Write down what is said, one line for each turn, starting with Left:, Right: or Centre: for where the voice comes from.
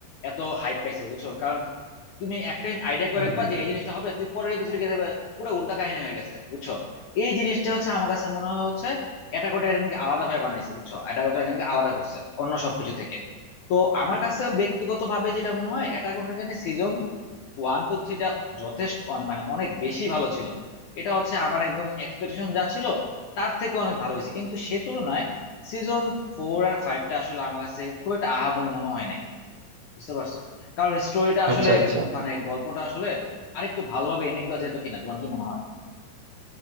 Left: এত হাইপ পাইছে বুঝছো কারণ তুমি একটা আইডিয়া করে
Right: হম
Left: রাখবা
Right: হম।
Left: যে এই জিনিসটা হবে তুই পরের এপিসোডে গিয়ে দেখবে পুরো উল্টা কাহিনী হয়ে গেছে বুঝছো এই জিনিসটা হচ্ছে আমার কাছে মনে হয় হচ্ছে অ্যাটাক অন টাইটানকে আলাদা ভাবে বানাইছে বুঝছো অ্যাটাক অন টাইটানকে আলাদা করছে অন্য সবকিছু থেকে তো আমার কাছে ব্যক্তিগত ভাবে যেটা মনে হয় অ্যাটাক অন টাইটানের সিজন ওয়ান টু থ্রিটা যথেষ্ট অনে- মানে অনেক বেশি ভালো ছিল এটা হচ্ছে আমার একদম এক্সপেকটেশন যা ছিল তার থেকে অনেক ভালো হয়েছে কিন্তু সে তুলনায় সিজন ফোর আর ফাইভটা আসলে আমার কাছে খুব একটা আহামরি মনে হয় নাই বুঝতে পারছো কারণ স্টোরিটা আসলে
Right: আচ্ছা আচ্ছা
Left: মানে গল্পটা আসলে আরেকটু ভালোভাবে এন্ডিং দেওয়া যেত কিনা তোমার কি মনে হয়